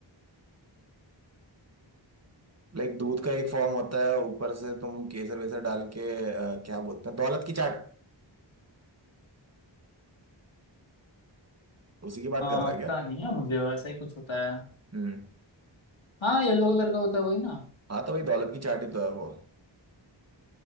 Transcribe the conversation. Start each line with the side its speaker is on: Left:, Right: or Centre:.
Right: लाइक दूध का एक फॉर्म होता है ऊपर से तुम केसर वेसर डाल के अ, क्या बोलते हैं दौलत की चाट उसी की बात
Left: हाँ
Right: कर रहा है क्या
Left: पता नहीं है मुझे वैसा ही कुछ होता है
Right: हम्म
Left: हाँ येलो कलर का होता है वही ना
Right: हाँ तो भाई दौलत की चाट ही तो है वो